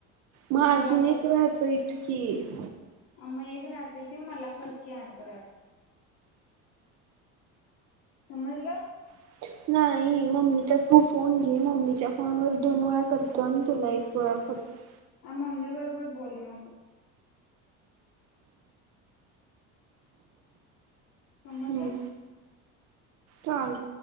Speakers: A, on the right; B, on the left.
A: मग
B: मला
A: अजून
B: करतो
A: एक राहतयचं की
B: मग एक राहतंय ते मला कर की आणि परत समजलं.
A: <inaudible> नाही मम्मीचा तू फोन घे मम्मीच्या फोनवर दोन वेळा करतो आणि तुला एक वेळा करतो.
B: आ मम्मी बरोबर बोल मग तू. समजलं
A: हम् चाल